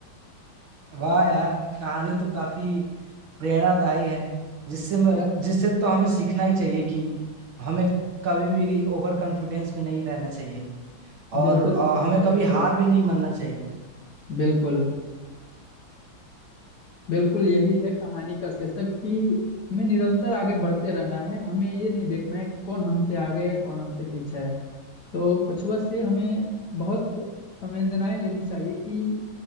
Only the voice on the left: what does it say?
क्या
बिल्कुल
सचिन
भाई
बिल्कुल
बिल्कुल बिल्कुल यही है कहानी का शीर्षक कि हमें निरंतर आगे बढ़ते रहना है हमें ये नहीं देखना है कि कौन हमसे आगे है कौन हमसे पीछे है तो कछुआ से हमें बहुत संवेदनाएं लेनी चाहिए कि